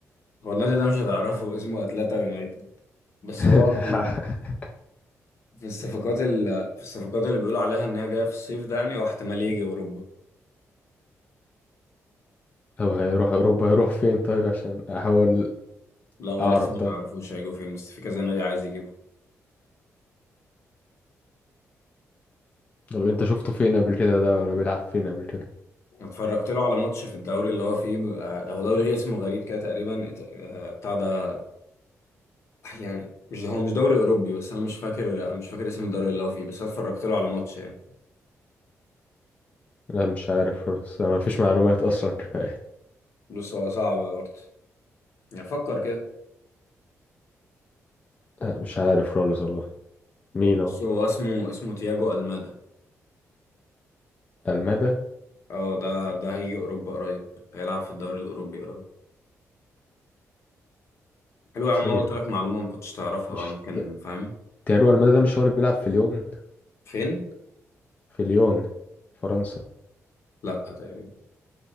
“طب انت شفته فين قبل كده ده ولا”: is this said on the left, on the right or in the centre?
Left